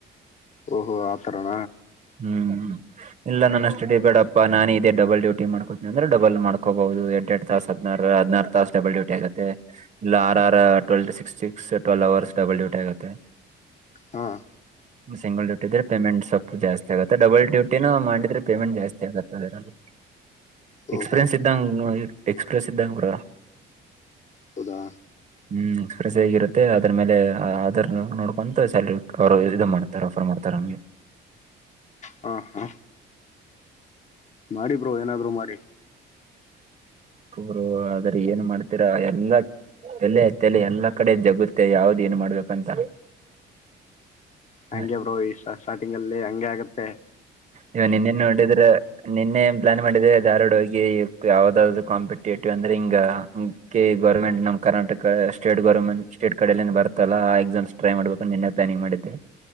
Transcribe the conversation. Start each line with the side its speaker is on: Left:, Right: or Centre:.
Left: ಓಹೋ ಆತರಣ
Right: ಹ್ಮ್ ಇಲ್ಲ ನನ್ನ ಸ ಬೇಡಪ್ಪಾ ನಾನು ಇದೇ ಡಬಲ್ ಡೂಟ ಮಾಡ್ಕೋತಿನನ ಅಂದ್ರೆ ಡಬಲ್ ಮಾಡ್ಕೋಬಹುದು ಎರಡ್ ಎರಡ್ ತಾಸ ಹದ್ಾರ ಹದನಾರು ತಾಸ ಡಬಲ್ ಡೂಟಿ ಆಗುತ್ತೆ ಇಲ್ಲ ಟ್ವೆಟಿ ಸಿಕ್ಸ್ ಸಿಸ್ ಟ್ವೆಲ್ ಅವರ್ಸ್ ಡಬಲ್ ಡ್ಯೂಟಿ ಆಗುತ್ತೆ
Left: ಹಾ
Right: ಸಿಂಗಲ್ ಡೇ ಇದ್ರೆ ಪೇಮೆಂಟ್ ಸ್ವಲ್ಪ ಜಾಸ್ತಿ ಆಗುತ್ತೆ ಡಬಲ್ ಡ್ಯೂಟಿನ ಮಾಡಿದ್ರೆ ಪೇಮೆಂಟ್ ಜಾಸ್ತಿ ಆಗುತ್ತದ
Left: ಓಹೋ
Right: ಎಕ್ಸ್ಪೀರಿಯನ್ಸ್ ಇದ್ದಂಗ ಎಕ್ಸ್ಪ್ರೆಸ್ ಸಿದ್ದಪುರ
Left: ಹೌದಾ
Right: ಹ್ಮ್ ಎಕ್ಸ್ಪ್ರೆಸ್ ಆಗಿರುತ್ತೆ ಅದ್ರ ಮೇಲೆ ಅದರ್ ನೋಡ್ಕೊಂತು ಸಲ್ರಿ ಅವರು ಇ ಮಾಡ್ತಾರೆ ಆಫರ್ ಮಾಡ್ತಾರೆ ನಮಗೆ
Left: ಹ ಹಾ ಮಾಡಿ ಬ್ರೋ ಏನಾದ್ರು ಮಾಡಿ
Right: ಅರು ಆದ್ರ ಏನ್ ಮಾಡ್ತರ ಎಲ್ಲ ಎಲೆತ್ತಲೆ ಎಲ್ಲಾ ಕಡೆ ಜಗುತ್ತೆ ಯಾವ್ದ್ ಏನ್ ಮಾಡ್ಬೇಕಂತ
Left: ಹಗೆ
Right: ಹ,
Left: ಬ್ರೋ ಈ ಸ್ಟಾರ್ಟಿಂಗ್ ಅಲ್ಲಿ ಹಂಗೆ ಆಗತ್ತ ಹ
Right: ಇವ ನಿನ್ನೆನ್ ನೋಡಿದ್ರ ನಿನ್ನೆ ಏನ್ ಪ್ಲಾನ್ ಮಾಡಿದ್ರೆ ಧಾರ್ವಾಡ ಹೋಗಿ ಯಾವದಾದ್ದದು ಕಾಂಪಿಟೇಟಿವ್ ಅಂದ್ರೆ ಹಿಂಗ ಕ ಗೌರ್ಮೆಂಟ್ ನ್ ಕರ್ನಾಟಕ ಸ್ಟೇಟ್ ಗೋರ್ಮೆಂಟ್ ಸ್ಟೇಟ್ ಕಡಿಂದ ಬರ್ತಲ್ಲಾ ಆ ಎಕ್ಸಾಮ್ಸ್ ಟ್ರೈ ಮಾಡ್ಬೇಕು ನಿನ್ನೆ ಪ್ಲಾನಿಂಗ ಮಾಡಿದ್ದೆ